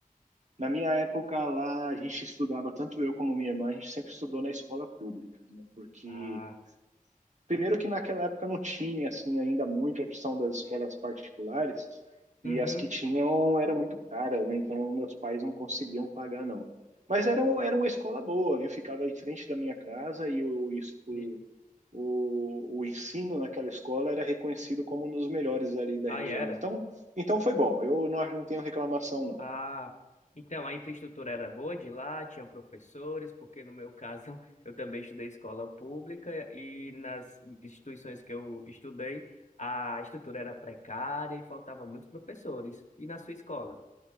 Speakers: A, on the right; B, on the left.
A: Na minha época lá, a gente estudava, tanto eu como minha irmã, a gente sempre estudou na escola pública, né? Porque,
B: Ah,
A: primeiro que naquela época não tinha, assim, ainda muita opção das escolas particulares,
B: uhum.
A: e as que tinham eram muito caras, né? Então, meus pais não conseguiam pagar, não. Mas era, um- era uma escola boa, viu? Ficava em frente da minha casa e o, isso- o,
B: E-
A: o, o ensino naquela escola era reconhecido como um dos melhores ali da
B: Aí
A: região.
B: era.
A: Então, então foi bom. Eu não, não tenho reclamação, não.
B: Ah, então a infraestrutura era boa de lá, tinha professores, porque no meu caso <laughs> eu também estudei escola pública e nas instituições que eu estudei a estrutura era precária e faltava muitos professores. E na sua escola?